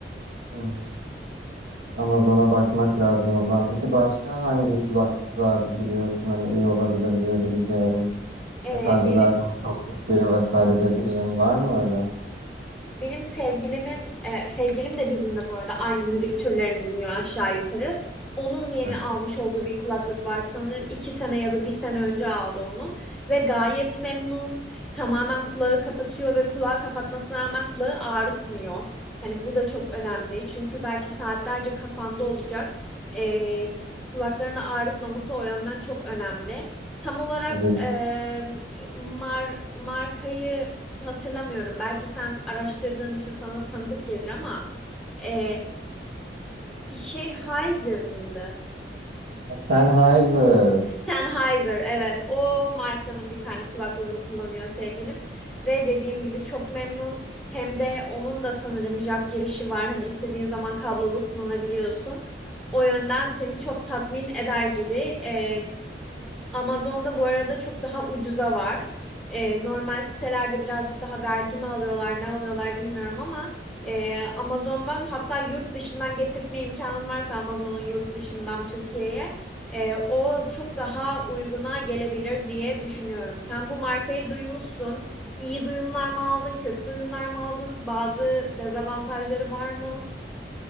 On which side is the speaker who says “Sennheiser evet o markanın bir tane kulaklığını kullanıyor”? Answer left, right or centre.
Centre